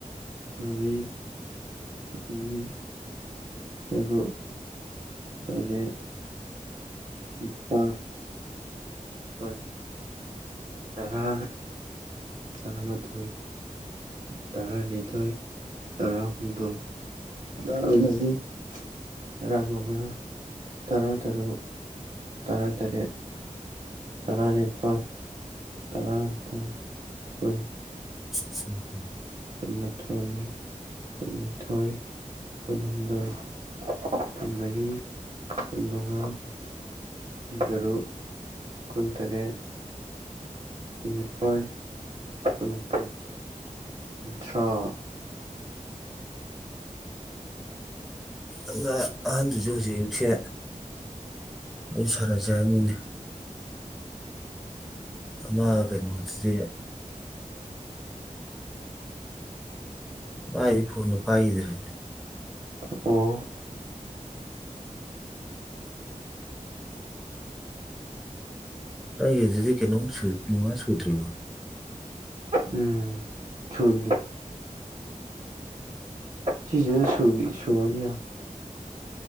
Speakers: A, on the right; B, in the centre.
A: ꯃꯔꯤ ꯃꯉꯥ ꯇꯔꯨꯛ ꯇꯥꯔꯦꯠ ꯅꯤꯄꯥꯜ ꯃꯥꯄꯜ ꯇꯔꯥ ꯇꯔꯥꯃꯥꯊꯣꯏ ꯇꯔꯥꯅꯤꯊꯣꯏ ꯇꯔꯥꯍꯨꯝꯗꯣꯏ ꯇꯔꯥꯃꯔꯤ ꯇꯔꯥꯃꯉꯥ ꯇꯔꯥꯇꯔꯨꯛ ꯇꯔꯥꯇꯔꯦꯠ ꯇꯔꯥꯅꯤꯄꯥꯜ ꯇꯔꯥꯃꯥꯄꯜ ꯀꯨꯟ
B: <unintelligible>
A: ꯀꯨꯟꯃꯥꯊꯣꯏ ꯀꯨꯟꯅꯤꯊꯣꯏ ꯀꯨꯜꯍꯨꯝꯗꯣꯏ ꯀꯨꯟꯃꯔꯤ ꯀꯨꯟꯃꯉꯥ ꯀꯨꯟꯇꯔꯨꯛ ꯀꯨꯟꯇꯔꯦꯠ ꯀꯨꯟꯅꯤꯄꯥꯟ ꯀꯨꯟꯃꯄꯜ ꯀꯨꯟꯊ꯭ꯔꯥ
B: ꯑꯗꯨꯅ ꯑꯍꯟꯗꯨꯖꯨ ꯍꯧꯖꯤꯛ ꯑꯌꯨꯛꯁꯦ ꯑꯩ ꯁꯥꯟꯅꯁꯦ ꯍꯥꯏꯔꯝꯃꯤꯅꯦ ꯑꯃꯥ ꯀꯩꯅꯣꯁꯦ ꯃꯥꯏꯗꯤ ꯐꯣꯟꯗꯣ ꯄꯥꯏꯒꯤꯗ꯭ꯔꯦꯅ‌ꯦ
A: ꯑꯣ
B: ꯅꯒꯤꯖꯤꯗꯤ ꯀꯩꯅꯣꯝꯁꯨ ꯀꯨꯟꯃꯉꯥ ꯁꯨꯗ꯭ꯔꯤꯕꯣ
A: ꯎꯝ ꯁꯨꯗ꯭ꯔꯤ ꯁꯤꯖꯤꯒ ꯁꯨꯗꯤ ꯁꯨꯨꯔꯅꯤ